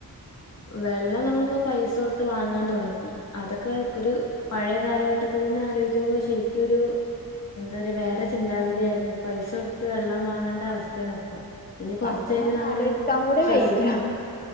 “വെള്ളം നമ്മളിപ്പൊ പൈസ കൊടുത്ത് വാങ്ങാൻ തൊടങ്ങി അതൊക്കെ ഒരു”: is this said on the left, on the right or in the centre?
Left